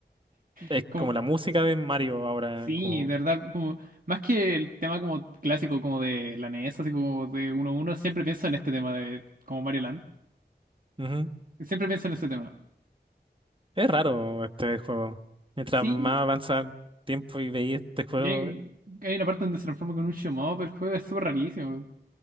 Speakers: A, on the right; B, on the right.
A: Es
B: Es Como,
A: como la música de Mario ahora,
B: sí,
A: como.
B: de verdad, como más que el tema como clásico como de la NES, así como de 1 uno siempre pienso en este tema de como Mario Land.
A: Ujú.
B: Siempre pienso en ese tema.
A: Es raro este juego. Mientras
B: Sí,
A: más avanza el tiempo y veis este juego,
B: y hay, hay una parte donde se transforma con un shmup, el juego es súper rarísimo.